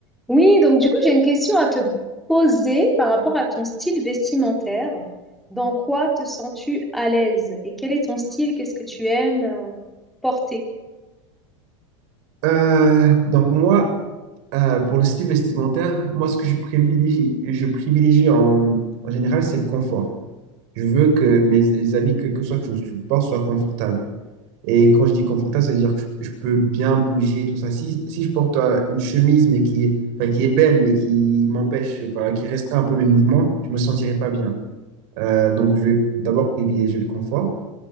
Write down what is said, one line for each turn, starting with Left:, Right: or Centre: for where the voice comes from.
Centre: Oui, donc du coup, j'ai une question à te poser par rapport à ton style vestimentaire. Dans quoi te sens-tu à l'aise? Et quel est ton style? Qu'est-ce que tu aimes euh, porter?
Right: Euh, donc moi, euh, pour le style vestimentaire, moi, ce que je privilégie, je privilégie en, en général, c'est le confort. Je veux que mes les habits, que, que soit que je, je porte, soient confortables. Et quand je dis confortable, ça veut dire que je, je peux bien bouger, tout ça. Si, si je porte euh, une chemise, mais qui est, enfin, qui est belle, mais qui m'empêche, enfin, qui restreint un peu mes mouvements, je me sentirai pas bien. Euh, donc, je vais d'abord privilégier le confort.